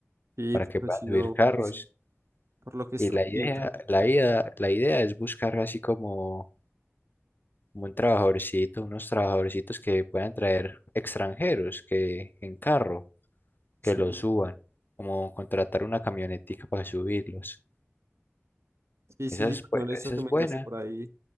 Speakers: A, on the right; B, on the left.
A: Y
B: para
A: porque
B: que puedan
A: si
B: subir
A: no,
B: carros.
A: pues, por lo que es
B: Y
A: tranquilita.
B: la idea, la idea, la idea es buscar así como un trabajadorcito, unos trabajadorcitos que puedan traer extranjeros que en carro, que
A: sí
B: los suban, como contratar una camionetica para subirlos.
A: Sí, sí,
B: Esa es,
A: porque
B: bu-
A: no les toque
B: esa es
A: meterse
B: buena.
A: por ahí.